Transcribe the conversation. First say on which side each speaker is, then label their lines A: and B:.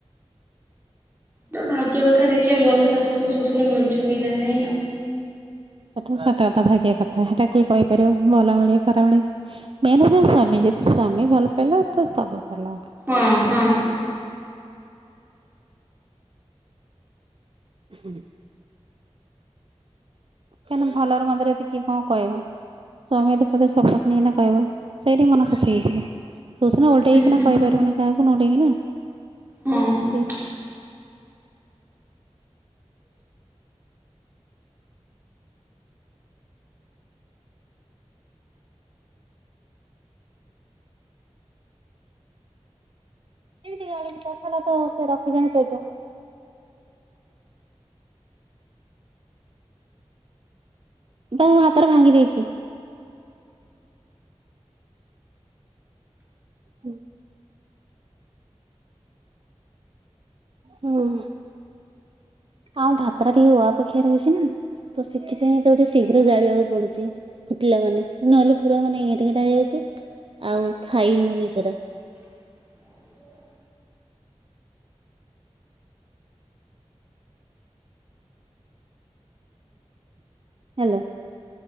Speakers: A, on the right (about 20°); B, on the right (about 55°).
A: ନା ଭାଗ୍ୟ କଥା ଦେଖିବା ଭଲ ଶାଶୁ ଶ୍ୱଶୁର ମିଳୁଛନ୍ତି ନା ନାଇଁ ଆଉ।
B: ସତ କଥା ଭାଗଆ କଥା ସେଟା କିଏ କହିପାରିବ ଭଲ ମିଳେ ଖରା ମିଳେ ମେନ ହୋଉଛନ୍ତି ସ୍ୱାମୀ ସ୍ୱାମୀ ଭଲ ପାଇଲା ତ ସବୁ ଭଲ।
A: ହଁ ହୁଁ
B: ହ କାହିଁକି ଭଲର ମନ୍ଦରେ କିଏ କଣ କହିବ ସମମେ ତ ପୋଧେ ସପୋର୍ଟ ନେଇନା କହିବ ସେଇଠି ମନ ଖୁସି ହେଇଯିବ। ତୁସ ନାନାଲଟକିନା
A: ହୁଁ
B: କହିପାରିବୁନି କାକୁ ନଣ୍ଡ କି ନା
A: ହଁ।
B: ସେ ଏମିତି ଗାସାରିଲା ତ ସେ ରଖିଛନ୍ତିାଣି ସେ ତ ମୁଁ ହାତରେ ଭାଙ୍ଗି ଦେଇଛି। ହୁଁ ହୁଁ ଆଉ ଭାତ ଟା ଟିକେ ଓ ଅପେକ୍ଷା ରହୁଛି ନା ତ ସେଥିପାଇଁ ତଠି ଶୀଘ୍ର ଗାଳିବାକୁ ପଡୁଛି ଫୁଟିଲା ମାନେ ନହେଲେ ପୁରା ମାନେ ଏଇଣ୍ଟା ହେଇଯାଉଛି। ଆଉ ଖାଇ ହଉନି ସେରା
A: <inaudible>
B: ହାଲୋ